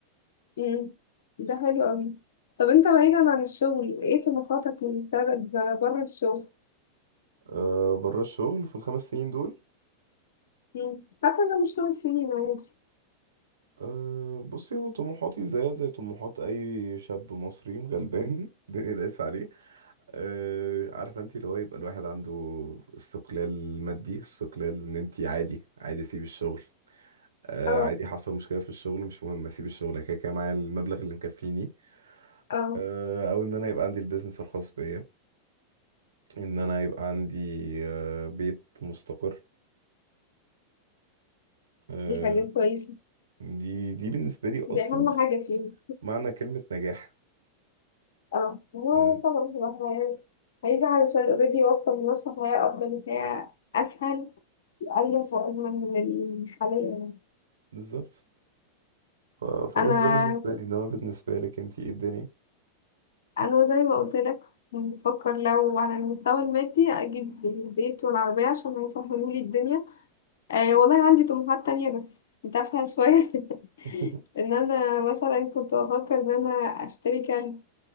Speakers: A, on the left; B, on the right.
A: امم ده حلو قوي طب انت بعيدا عن الشغل ايه طموحاتك للمستقبل ب- بره الشغل
B: أه بره الشغل في الخمس سنين دول
A: مم. حتى لو مش خمس سنين عادي
B: أه بصي هو طموحاتي زيها زي طموحات اي شاب مصري غلبان <laughs> الدنيا دايسه عليه أه عارفه انت اللي هو يبقى الواحد عنده استقلال مادي استقلال ان انت عادي عادي اسيب الشغل أه
A: اه
B: عادي حصل مشكله في الشغل مش مهم اسيب الشغل أنا كده كده معايا المبلغ اللي مكفيني
A: اه
B: أه او ان انا يبقى عندي البيزنس الخاص بيا ان انا يبقى عندي أه بيت مستقر أه
A: دي حاجة كويسة
B: دي دي بالنسبه لي
A: دي
B: اصلا
A: أهم حاجة فيهم
B: معنى كلمه نجاح
A: اه هو
B: أنا-
A: طبعا بصراحة يعني هيجي علشان اوريدي يوفر لنفسه حياة أفضل وحياة أسهل وأقل وأجمل من الحالية يعني.
B: بالظبط ف... فبس
A: أنا
B: ده بالنسبة لي انما بالنسبة لك انتي ايه الدنيا
A: أنا زي ما قلت لك بفكر لو على المستوى المادي أجيب البيت والعربية عشان هيسهلوا لي الدنيا آه والله عندي طموحات تانية بس تافهة شوية <laughs>
B: <laughs>
A: ان انا مثلا كنت بفكر ان انا اشتري كلب